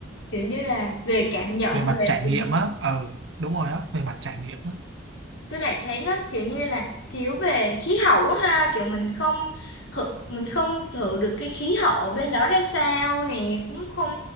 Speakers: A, on the left (about 75°); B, on the right (about 65°).
A: kiểu như là về cảm nhận
B: về mặt
A: về
B: trải
A: tiếng
B: nghiệm á ừ đúng rồi á về mặt trải nghiệm á
A: tôi lại thấy nó kiểu như là thiếu về khí hậu quá ha kiểu mình không hự- mình không thử được cái khí hậu ở bên đó ra sao nè cũng không